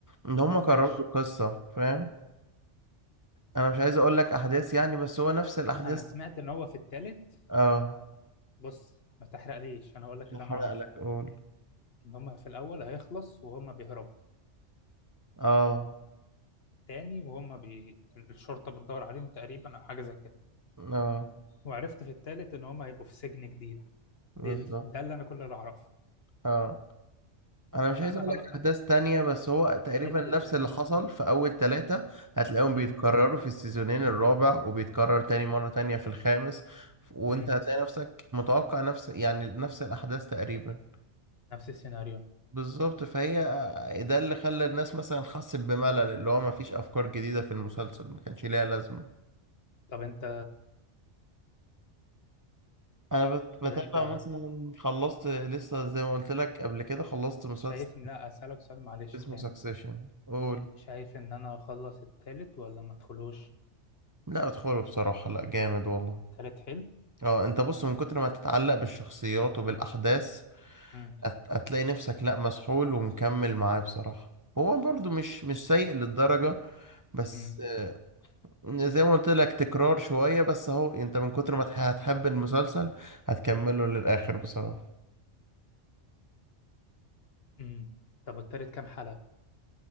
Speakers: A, on the right; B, on the left.
A: ان هم كرروا
B: ماشي
A: القصة فاهم انا مش عايز اقول لك احداث يعني بس هو نفس الاحداث
B: أنا سمعت إن هو في التالت
A: اه
B: بص ما تحرقليش أنا هقول لك
A: مش
B: اللي
A: هحرق
B: أنا أعرفه
A: لك قول
B: إن هما في الأول هيخلص وهما بيهربوا
A: اه
B: تاني وهما بي... الشرطة بتدور عليهم تقريبا أو حاجة زي كده
A: اه
B: وعرفت في التالت إن هما هيبقوا في سجن جديد
A: بالظبط
B: ده, ال... ده اللي أنا كل اللي أعرفه
A: اه انا مش
B: فأنا
A: عايز اقول
B: خلاص
A: لك احداث تانية بس هو تقريبا
B: حتة
A: نفس
B: إن
A: اللي
B: هما
A: حصل في اول ثلاثة هتلاقيهم
B: مم.
A: بيتكرروا في السيزونين الرابع وبيتكرر تاني مرة تانية في الخامس وانت
B: مم.
A: هتلاقي نفسك متوقع نفس يعني نفس الاحداث تقريبا
B: نفس السيناريو
A: بالظبط فهي ده اللي خلى الناس مثلا حست بملل اللي هو مفيش افكار جديدة في المسلسل ما كانش ليها لازمة
B: طب أنت
A: انا بت-
B: طب
A: بتابع
B: أنت
A: مثلا خلصت لسه زي ما قلت لك قبل كده خلصت مسلسل
B: شايفني لا أسألك سؤال معلش
A: اسمه
B: تاني
A: سكسيشن قول
B: شايف ان انا اخلص التالت ولا ما ادخلوش
A: لا ادخله بصراحة لا جامد والله
B: التالت حلو
A: اه انت بص من كتر ما تتعلق بالشخصيات وبالاحداث
B: امم
A: هت- هتلاقي نفسك لا مسحول ومكمل معاه بصراحة هو برضو مش مش سيء للدرجة بس
B: امم
A: آه، زي ما قلت لك تكرار شوية بس اهو انت من كتر ما تح- هتحب المسلسل هتكمله للاخر بصراحة
B: امم طب التالت كام حلقة